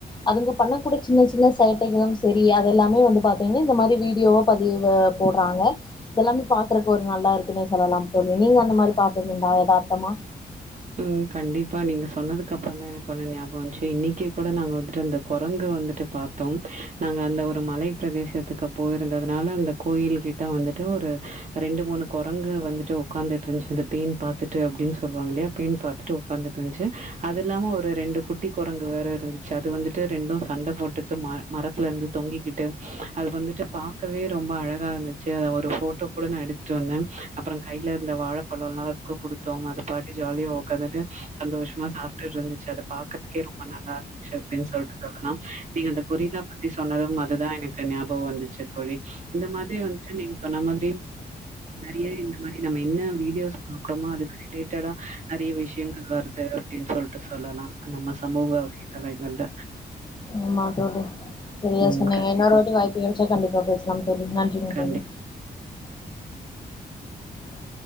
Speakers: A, on the left (about 25°); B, on the right (about 45°).
A: அதுங்க பண்ண கூட சின்ன சின்ன சேட்டைகளு செரி அதெல்லாமே வந்து பாத்தீங்கனா இந்த மாரி வீடியோவா பதிவு போட்றாங்க இதெல்லாமே பாக்குறக்கு ஒரு நல்லாருக்குன்னே சொல்லலா தோழி நீங்க அந்த மாரி பாத்ததுண்டா எதார்த்தமா
B: ம் கண்டிப்பா நீங்க சொன்னதுக்கு அப்றோ தா எனக்கு சொன்ன ஞாபம் வஞ்சு இன்னைக்கே கூட நாங்க வந்துட்டு அந்த கொரங்கு வந்துட்டு பாத்தோ நாங்க அந்த ஒரு மலை பிரதேசத்துக்கு போயிருந்ததுனால அந்த கோயில்கிட்ட வந்துட்டு ஒரு ரெண்டு மூணு கொரங்கு வந்துட்டு ஒக்காந்துட்ருந்துச்சு அந்த பேண் பாத்துட்டு அப்டின்னு சொல்லுவாங்க இல்லயா பேண் பாத்துட்டு ஒக்காந்துட்ருந்துச்சு அது இல்லாம ஒரு ரெண்டு குட்டி குரங்கு வேற இருந்துச் சு அது வந்துட்டு ரெண்டு சண்ட போட் <unintelligible> மரத்துலருந்து தொங்கிகிட்டு அது வந்துட்டு பாக்கவே ரொம்ப அழகாருந்துச்சு ஒரு ஃபோட்டோ கூட நா எடுத்துட்டு வந்தே அப்றோ கைலருந்த வாழபழோலா அதுக்கு குடுத்தோ அதுப்பாட்டுகு ஜாலியா உக்காந்துட்டு சந்தோஷமா சாப்டுருந்துச்சு அத பாக்கறதுக்கே ரொம்ப நல்லாருந்துச்சு அப்டின் சொல்ட்டு சொல்லலா நீங்க அந்த கொரிலா பத்தி சொன்னது அதுதா எனக்கு ஞாபகம் வந்துச்சு தோழி இந்த மாரி வந்துட்டு நீங்க சொன்ன மாரி நெறைய இந்த மாரி நம்ம என்ன வீடியோஸ் பாக்குறோமோ அதுக்கு ரிலேட் <unintelligible> நெறைய விஷயங்கள் வருது அப்டினு சொல்ட்டு சொல்லலா நம்ம சமூக வலை தளங்கள்ல
A: ஆமா தோழி செரியா
B: ம்.
A: சொன்னீங்க
B: கண்டிப்பா,
A: இன்னொருவாட்டி வாய்ப்பு வரு ட்ரை <unintelligible> கண்டிப்பா பேச ஆமாங்க தோழி நன்றிங்க
B: கண்டிப்பா.
A: தோழி <inaudible>